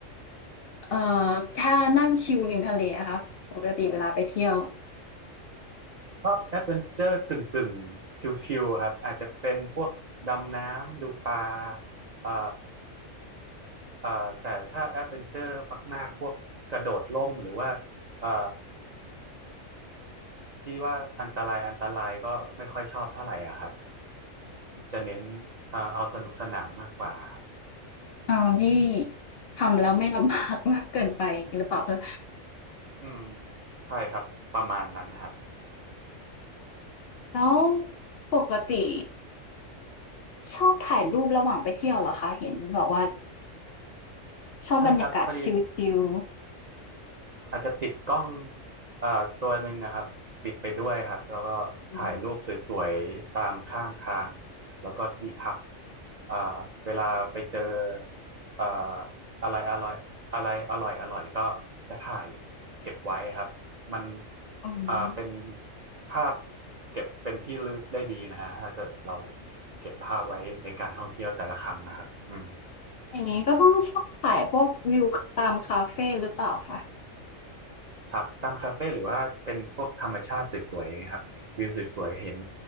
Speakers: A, on the left (about 65°); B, on the right (about 60°).
A: เอ่อแค่นั่งชิลริมทะเลอะคะปกติเวลาไปเที่ยว
B: ชอบแอดเวนเจอร์กึ่งกึ่งชิลๆครับอาจจะเป็นพวกดำน้ำดูปลาเอ่อเอ่อแต่ถ้าแอดเวนเจอร์มากๆพวกกระโดดร่มหรือว่าเอ่อ ที่ว่าอันตรายอันตรายก็ไม่ค่อยชอบเท่าไหร่อ่ะครับจะเน้นเอ่อเอาสนุกสนานมากกว่าครับ
A: อาวันที่ทำแล้วไม่ลำบากมากเกินไปอย่างงี้หรือเปล่าคะ
B: อืมใช่ครับประมาณนั้นนะครับ
A: แล้วปกติชอบถ่ายรูประหว่างไปเที่ยวเหรอคะเห็นบอกว่า ชอบบรรยากาศชิล
B: ใช่ครับพอดี อาจจะติดกล้องเอ่อตัวหนึ่งอะครับติดไปด้วยครับแล้วก็ถ่ายรูปสวยๆตามข้างทาง
A: ๆอืม
B: แล้วก็ที่พักเอ่อเวลาไปเจอเอ่ออะไรอร่อยอะไรอร่อยอร่อยก็จะถ่ายเก็บไว้ครับมัน
A: ๆอืม
B: เอ่าเป็นภาพเก็บเป็นที่ระลึกได้ดีนะฮะถ้าเกิดเราเก็บภาพไว้ในการท่องเที่ยวแต่ละครั้งนะครับอืม
A: อย่างงี้ก็ต้องชอบถ่ายพวกวิวคตามคาเฟหรือเปล่าคะ
B: ครับตามคาเฟ่หรือว่าเป็นพวกธรรมชาติสวยๆอย่างเงี้ยครับวิวสวยๆเห็น